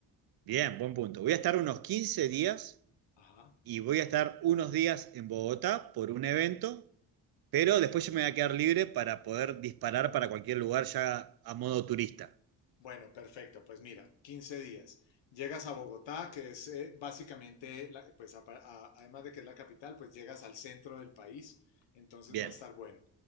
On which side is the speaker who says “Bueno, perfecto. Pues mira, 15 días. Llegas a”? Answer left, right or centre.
Left